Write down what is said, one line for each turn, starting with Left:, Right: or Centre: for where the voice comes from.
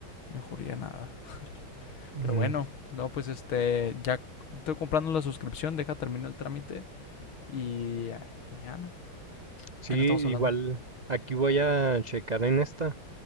Left: mejor ya nada. Pero
Right: Mm,
Left: bueno, no, pues este, ya estoy comprando la suscripción, deja terminar el trámite y, ya- y ya no.
Right: Sí,
Left: Ahí
Right: igual
Left: no estamos hablando.
Right: aquí voy a checar en esta,